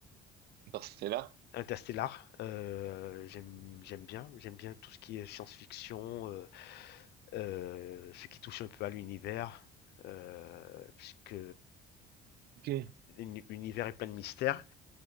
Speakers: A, on the right; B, on the left.
A: Par là.
B: Interstellar, euh, j'aime j'aime bien, j'aime bien tout ce qui est science-fiction, euh, euh, ce qui touche un peu à l'univers, euh, puisque
A: Ok.
B: l'uni- l'univers est plein de mystères